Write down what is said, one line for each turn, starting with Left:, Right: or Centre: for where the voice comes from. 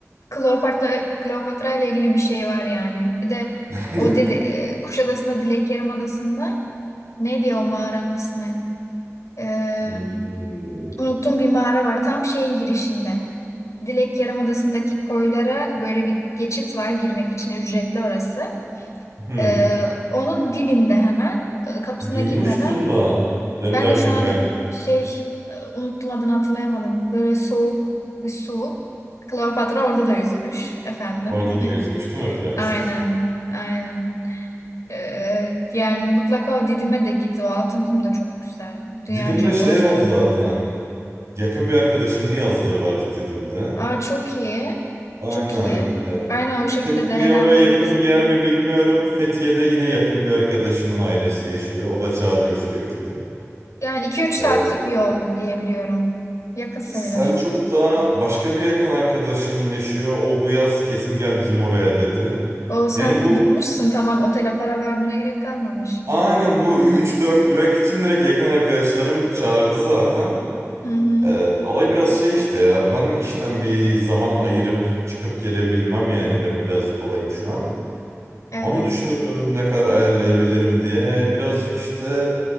Left: Kleopatra Kleopatra ile ilgili bir şey var yani. Bir de
Right: <laughs>
Left: o dil, e, Kuşadası'nda Dilek Yarımadası'nda neydi o mağaranın ismi? Ee,
Right: Hmm.
Left: Unuttuğum bir mağara var tam şeyin girişinde. Dilek Yarımadası'ndaki koylara böyle bir geçit var girmek için ücretli orası.
Right: Hmm.
Left: Ee, onun dibinde hemen e, kapısına
Right: Duymuştum
Left: girmeden
Right: da benim
Left: ben
Right: de aklıma
Left: de şu an
Right: geldi.
Left: şey e, unuttum adını hatırlayamadım. Böyle soğuk bir su. Kleopatra orada da yüzmüş efendim.
Right: Orada da yüzmüş değil mi prenses?
Left: Aynen. Aynen. Ee, yani mutlaka o Didim'e de git. O altın kum da çok güzel. Dünyaca
Right: Didim'de şey
Left: orası
Right: var zaten. Yakın bir arkadaşımın yazlığı var Didim'de.
Left: Aa, çok iyi.
Right: Aynen.
Left: Çok iyi.
Right: E,
Left: Aynen o şekilde
Right: Fethiye
Left: değerlendirebilirsin.
Right: oraya yakın bir yer mi bilmiyorum. Fethiye'de yine yakın bir arkadaşımın ailesi yaşıyor. O da çağırıyor sürekli.
Left: Yani iki üç saatlik
Right: E,
Left: bir yol diyebiliyorum. Yakın sayılır.
Right: Selçuk'ta başka bir yakın arkadaşım yaşıyor. O bu yaz kesin gel bizim oraya dedi.
Left: O sen
Right: Yani bu
Left: bulmuşsun tamam otele para vermene gerek kalmamış.
Right: aynen bu <laughs> üç dört durak için direkt yakın arkadaşlarım çağırdı zaten.
Left: Hı hı.
Right: E, olay biraz şey işte ya ben işten bir zaman ayırıp çıkıp gelebilmem yani ben birazcık olayım şu an.
Left: Evet.
Right: Onu düşünüyorum ne kadar ayarlayabilirim diye. Birazcık işte